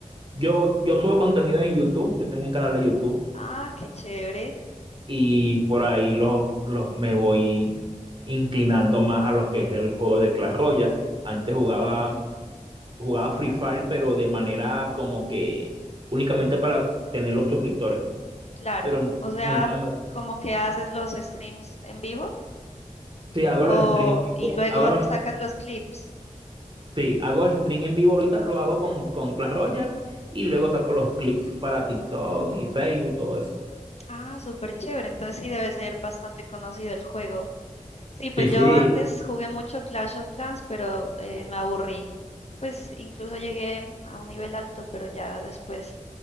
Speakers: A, on the right; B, on the left.
A: Yo, yo subo contenido en YouTube, yo tengo un canal de YouTube
B: Ah, qué chévere.
A: y por ahí los, los, me voy inclinando más a lo que es el juego de Clash Royale. Antes jugaba, jugaba Free Fire, pero de manera como que únicamente para tener los suscriptores,
B: Claro,
A: pero n-
B: o sea,
A: nunca me...
B: como que haces los streams en vivo
A: Sí, hago
B: o,
A: los streams en
B: y
A: vivo,
B: luego
A: hago los,
B: sacas los clips.
A: sí, hago stream en vivo ahorita, lo hago con, con Clash Royale y luego saco los clics para TikTok y Facebook y todo eso.
B: Ah, súper chévere, entonces sí debe ser bastante conocido el juego. Sí, pues
A: Sí, sí,
B: yo antes jugué mucho Clash of Clans, pero eh, me aburrí. Pues incluso llegué a un nivel alto, pero ya después